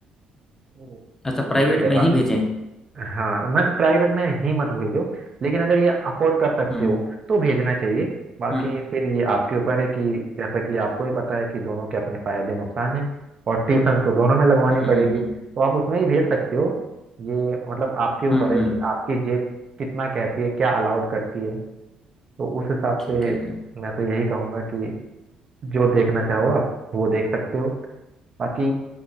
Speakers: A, on the right (about 40°); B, on the left (about 15°).
A: हम्म।
B: अच्छा प्राइवेट
A: ये है बात
B: में ही भेजें
A: हाँ मत प्राइवेट में ही मत भेजो लेकिन अगर ये अफोर्ड कर सकते
B: हम्म
A: हो तो भेजना चाहिए बाकी
B: हम्म
A: फिर ये आपके ऊपर है कि जैसा कि आपको ही पता है कि दोनों के अपने फायदे नुकसान हैं और ट्यूशन तो दोनों में लगवानी
B: हम्म हम्म
A: पड़ेगी
B: हम्म
A: तो आप उसमें ही भेज सकते हो ये मतलब आपके ऊपर
B: हम्म,
A: है
B: हम्म,
A: कि आपकी जेब कितना कहती है क्या अलाउड करती है तो उस हिसाब
B: ठीक
A: से
B: है हम्म
A: मैं तो यही कहूंगा कि जो देखना चाहो आप वो देख सकते हो बाकी